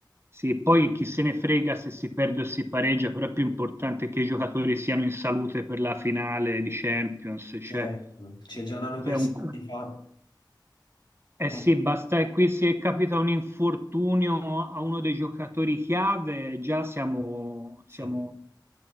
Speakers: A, on the right (about 30°); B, on the left (about 75°).
A: Sì, poi chi se ne frega se si perde o si pareggia, però è più importante che i giocatori siano in salute per la finale di Champions,
B: Cioè,
A: cioè,
B: cioè, già l'hanno
A: cioè
B: persa
A: un-
B: anni fa.
A: Eh
B: Eh,
A: sì, basta che qui se capita un infortunio a uno dei giocatori chiave, già siamo,
B: sì.
A: siamo,